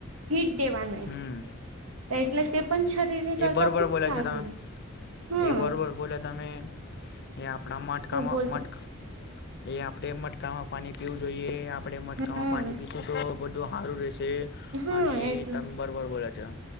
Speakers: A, on the right (about 85°); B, on the left (about 55°).
A: હીટ દેવાનું
B: હમ
A: એટલે તે પણ શરીની
B: એ
A: કરતા
B: બરોબર
A: ખૂબ
B: બોલે
A: સારું
B: છે તમે
A: હમ્મ.
B: એ બરોબર બોલે તમે એ આપણા મટકામાં
A: બોલતા
B: મટ એ આપડે મટકામાં પાણી. પીવું જોઈએ આપડે મટકામાં
A: હમ
B: પાણી પીશું તો બધું હારું રહે
A: હા
B: અને
A: એટલું
B: એ તમે બરોબર બોલા છે.